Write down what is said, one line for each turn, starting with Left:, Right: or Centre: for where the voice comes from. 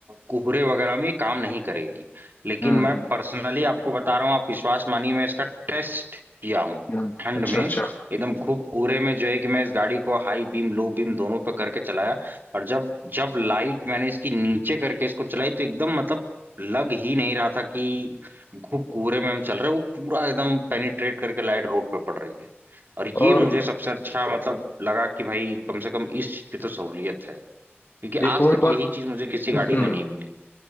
Right: कोहरे वगैरह में ये काम नहीं करेगी लेकिन
Left: हम्म
Right: मैं
Left: हम्म,
Right: पर्सनली आपको बता रहा हूँ आप विश्वास मानिए मैं इसका टेस्ट किया हूँ
Left: हम्म,
Right: ठंड
Left: अच्छा
Right: में
Left: अच्छा
Right: एकदम खूब कोहरे में जो है कि मैं इस गाड़ी को हाई बीम लो बीम दोनों पे करके चलाया और जब जब लाइट मैंने इसकी नीचे करके इसको चलाई तो एकदम मतलब लग ही नहीं रहा था कि खूब कोहरे में हम चल रहे हैं वो पूरा एकदम पेनिट्रेट करके लाइट रोड पे पड़ रही है और ये
Left: और
Right: मुझे सबसे अच्छा मतलब लगा कि भाई कम से कम इस चीज की तो सहूलियत है क्योंकि
Left: एक
Right: आज
Left: और
Right: तक
Left: बात
Right: यही चीज मुझे किसी गाड़ी
Left: हम्म
Right: में नहीं मिली है